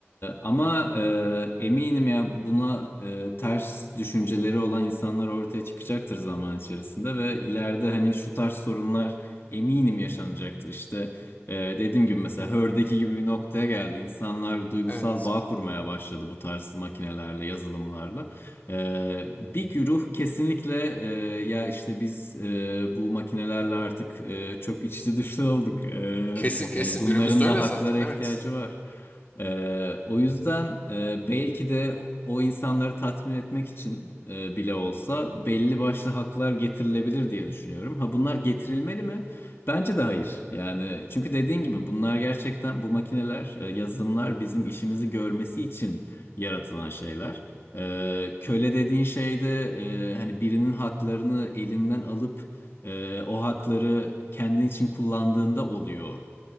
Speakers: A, on the left (about 55°); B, on the left (about 35°).
A: ama e, eminim ya buna e, ters düşünceleri olan insanlar ortaya çıkacaktır zaman içerisinde ve ileride hani şu tarz sorunlar eminim yaşanacaktır. İşte e, dediğim gibi mesela Hör'deki gibi bir noktaya geldi. İnsanlar duygusal
B: Evet.
A: bağ kurmaya başladı bu tarz makinelerle, yazılımlarla. Ee, bir güruh kesinlikle e, ya işte biz e, bu makinelerle artık e, çok içli dışlı olduk. E,
B: Kesin kesin.
A: yani bunların
B: Günümüzde öyle
A: da haklara
B: zaten. Evet.
A: ihtiyacı var. E, o yüzden e, belki de o insanları tatmin etmek için e, bile olsa belli başlı haklar getirilebilir diye düşünüyorum. Ha bunlar getirilmeli mi? Bence de hayır. Yani çünkü dediğin gibi bunlar gerçekten bu makineler, e, yazılımlar bizim işimizi görmesi için yaratılan şeyler. Ee, köle dediğin şey de e, hani birinin haklarını elinden alıp e, o hakları kendin için kullandığında oluyor